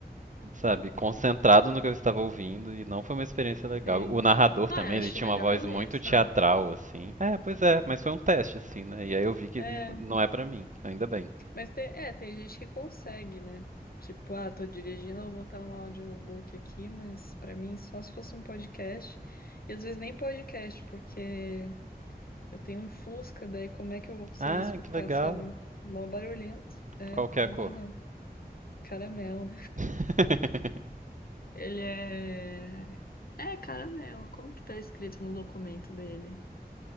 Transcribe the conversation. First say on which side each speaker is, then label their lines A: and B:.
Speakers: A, on the right; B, on the left.
A: sabe, concentrado no que eu estava ouvindo e não foi uma experiência legal.
B: sim
A: O narrador
B: Ah,
A: também,
B: eu
A: ele
B: acho
A: tinha
B: melhor
A: uma voz
B: ler,
A: muito
B: sabe?
A: teatral, assim. É, pois é, mas foi um teste, assim, né? E aí eu vi que
B: É,
A: n- não é pra mim, ainda bem.
B: mas tem, é, tem gente que consegue, né? Tipo, ah, tô dirigindo, eu vou botar um audiobook aqui, mas pra mim só se fosse um podcast. E às vezes nem podcast, porque eu tenho um Fusca, daí como é que eu vou conseguir
A: Ah,
B: escutar,
A: que legal.
B: sabe? Mó barulhento. É,
A: Qual que é
B: não
A: a cor?
B: dá não. Caramelo.
A: <laughs>
B: Ele é. É, caramelo. Como que tá escrito no documento dele?